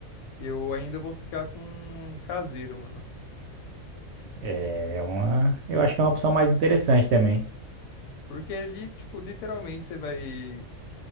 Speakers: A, on the left; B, on the right.
A: eu ainda vou ficar com caseiro, mano.
B: É uma, eu acho que é uma opção mais interessante também.
A: Porque ali, tipo, literalmente você vai